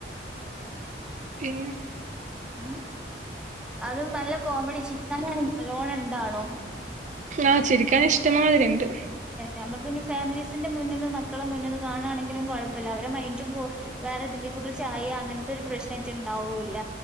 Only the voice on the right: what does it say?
പിന്നെ?
ആഹ്, ചിരിക്കൻ ഇഷ്ടമാതിരിണ്ട്.